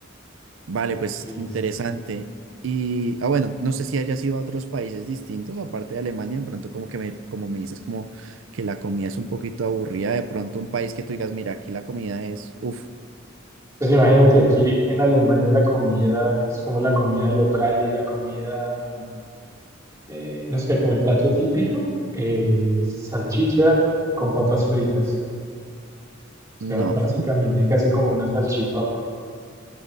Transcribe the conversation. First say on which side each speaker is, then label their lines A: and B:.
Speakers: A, on the right (about 75°); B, on the right (about 15°).
A: Vale, pues
B: Sí.
A: interesante. Y, ah, bueno, no sé si hayas ido a otros países distintos, aparte de Alemania, de pronto como que me, como me dices como que la comida es un poquito aburrida, de pronto un país que tú digas, mira, aquí la comida es, uff,
B: Pues imagínate, aquí en Alemania la comida, que es como la comida local y la comida eh, no sé, como el plato típico, eh, salchicha con papas fritas. O
A: no,
B: sea, básicamente casi como una salchipapa.